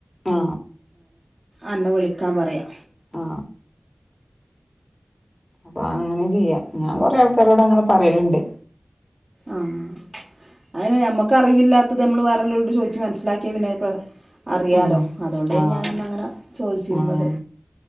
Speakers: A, on the left; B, on the right.
A: ആ
B: അന്നെ വിളിക്കാൻ പറയാ
A: ആ പ്പൊ അങ്ങനെ ചെയ്യാ ഞാങ്കൊറെ അട് ൾക്കാരോട് അങ്ങനെ പറയല്ണ്ട്
B: ആഹ് അയിന് ഞമ്മക്കറിവില്ലാത്തതു നമ്മള് വേറൊള്ളോരോട് ചോയ്ച്ച് മനസ്സിലാക്ക്യ പിന്നെ അറിയാലോ
A: ഉം
B: അതുകൊണ്ടേനി
A: ആഹ്
B: ഞാനന്നങ്ങനെ ചോയ്ച്ചീര്ന്നത്
A: ആഹ്